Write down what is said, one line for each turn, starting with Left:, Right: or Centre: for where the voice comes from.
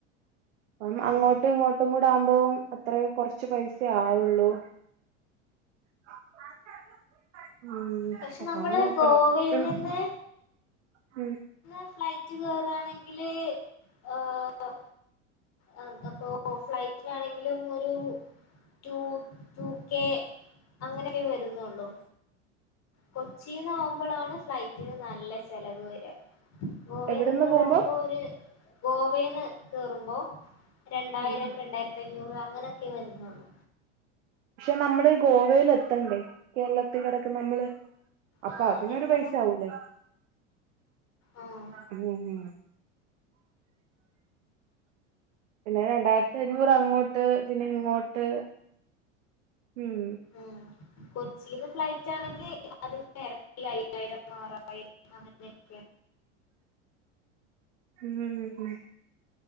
Right: അപ്പം
Left: ആഹ്
Right: അങ്ങോട്ടും ഇങ്ങോട്ടും കൂടാവുമ്പോം അത്രെ കൊറച്ച് പൈസേ ആവുള്ളൂ. <unintelligible> ഉം.
Left: പക്ഷെ നമ്മള്
Right: ആ നോക്കണം
Left: ഗോവയിൽ
Right: പി
Left: നിന്ന്.
Right: ഉം.
Left: ന്ന് ഫ്ലൈറ്റ് കേറാണെങ്കില് ഏഹ് ആഹ് അപ്പൊ ഫ്ലൈറ്റിനാണെങ്കിലും ഇപ്പൊരു റ്റൂ, റ്റു കെ അങ്ങനെയൊക്കെ വരുന്നൊള്ളൂ. കൊച്ചീന്നാവുമ്പളാണ് ഫ്ലൈറ്റിന് നല്ല ചെലവ് വരാ. ഗോവേന്ന്
Right: എവിടെന്ന്
Left: കേറോവുമ്പോ
Right: പോകുമ്പോ
Left: ഒരു ഗോവേന്ന് കേറുമ്പോ രണ്ടായിരം
Right: ഉം
Left: രണ്ടായിരത്തി അഞ്ഞൂറ് അങ്ങനൊക്കെ വരുന്നൊള്ളൂ.
Right: പക്ഷെ നമ്മള് ഗോവയ്ല് എത്തണ്ടേ? കേരള ത്തി കിടക്ക്ന്ന നമ്മള്. അപ്പൊ
Left: ആഹ്
Right: അതിനൊരു
Left: അതെത്തണം
Right: പൈസ ആവൂല്ലേ.
Left: ആഹ്
Right: അത് തന്നെ. പിന്നെ രണ്ടായിരത്തി അഞ്ഞൂറ് അങ്ങോട്ട് പിന്നെ ഇങ്ങോട്ട് ഉം.
Left: ഉം കൊച്ചീന്ന് ഫ്ലൈറ്റ് ആണെങ്കി അതിൻ്റെ എരട്ടി അയ്യായിരം ആറായിരം അങ്ങനെയൊക്കെ.
Right: ഉം ഉം ഉം